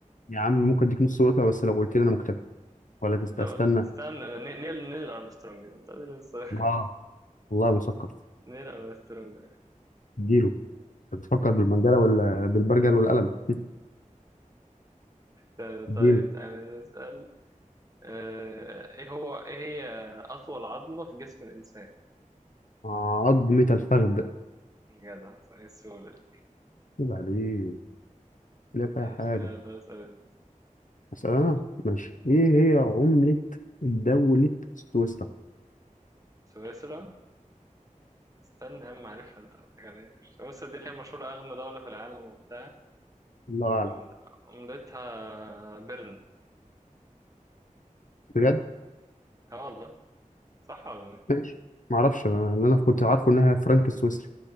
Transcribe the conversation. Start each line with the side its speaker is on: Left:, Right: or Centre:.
Left: يا عم ممكن اديك نص نقطه بس لو قلت لي انا مكتفي ولا تست-
Right: لو
Left: استنى
Right: استنى نيل نيل نيل أرمسترونج أنت لسه
Left: اه والله مثقف
Right: <laughs> نيل أرمسترونج
Left: اديله انت بتفكر بالمنجله ولا بالبرجل والقلم <laughs>
Right: <laughs>
Left: اديله
Right: طيب تعالى نسأل آه، إيه هو إيه هي أطول عظمة في جسم الإنسان؟
Left: عظمه الفخذ
Right: جدع صحيح السؤال
Left: عيب عليك لا فيها
Right: ماشي
Left: حاجه
Right: يلا اسأل انت
Left: اسال انا ماشي ايه هي عمله دوله سويسرا
Right: سويسرا استنى يا عم عارفها انت حاجة ليه سويسرا دي اللي هي مشهورة أغنى دولة في العالم وبتاع
Left: الله اعلم
Right: عمل- عملتها بيرن
Left: بجد
Right: اه والله صح ولا
Left: ماشي معرفش انا اللي انا كنت عارفه انها فرنك السويسري